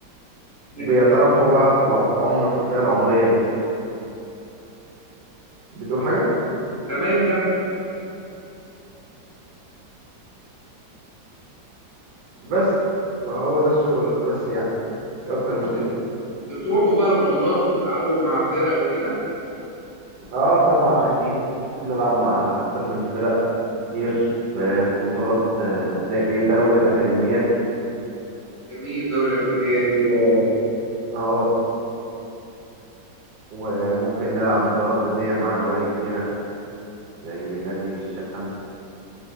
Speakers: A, on the left; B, on the right.
A: تمام
B: بيتراوحوا بقى في العمر في الفئة العمرية دي بتقول حاجة
A: تمام، كمل
B: بس فهو ده الشغل بس يعني مش أكتر من كده
A: بتروحوا بقى بطولات وبتلعبوا مع فرق وكده
B: اه طبعا أكيد نلعب مع أكتر من فرق كتير في في بطولات آه، زي دوري الأكاديميات
A: جميل دوري الاكاديميات
B: و- اه وممكن نلعب مباراة ودية مع نوادي كبيرة زي نادي الشمس